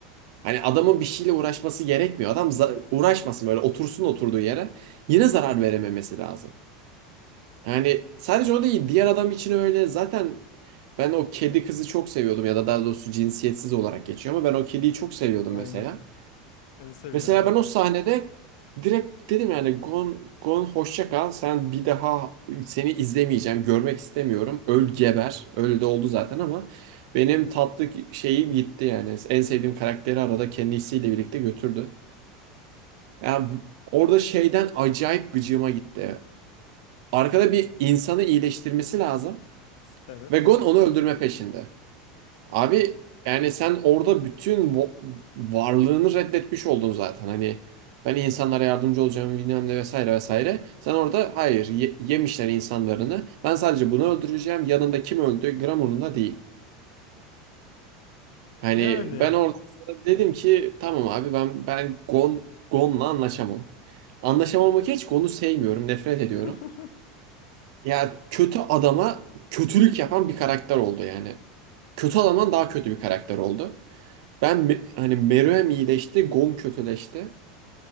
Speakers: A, on the right; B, on the left.
A: Hani adamın bir şeyle uğraşması gerekmiyor. Adam za- uğraşmasın böyle otursun oturduğu yere. Yine zarar verememesi lazım. Yani sadece o değil. Diğer adam için öyle. Zaten ben o kedi kızı çok seviyordum ya da daha doğrusu cinsiyetsiz olarak geçiyor ama ben o kediyi çok seviyordum
B: Aynen.
A: mesela.
B: En sevilen
A: Mesela
B: ya
A: ben
B: direkt.
A: o sahnede direkt dedim yani Gon, Gon hoşça kal. Sen bir daha seni izlemeyeceğim. Görmek istemiyorum. Öl geber. Öyle de oldu zaten ama benim tatlı şeyim gitti yani. En sevdiğim karakteri arada kendisiyle birlikte götürdü. Yani orada şeyden acayip gıcığıma gitti. Arkada bir insanı iyileştirmesi lazım.
B: Evet.
A: Ve Gon onu öldürme peşinde. Abi yani sen orada bütün va- varlığını reddetmiş oldun zaten. Hani ben insanlara yardımcı olacağım bilmem ne vesaire vesaire. Sen orada hayır ye- yemişler insanlarını. Ben sadece bunu öldüreceğim. Yanında kim öldü gram umurumda değil. Hani
B: Yani.
A: ben orada sonra dedim ki tamam abi ben ben Gon Gon'la anlaşamam. Anlaşamamak hiç Gon'u sevmiyorum, nefret ediyorum.
B: <laughs>
A: Ya kötü adama kötülük yapan bir karakter oldu yani. Kötü adamdan daha kötü bir karakter oldu. Ben me- hani Meruem iyileşti, Gon kötüleşti.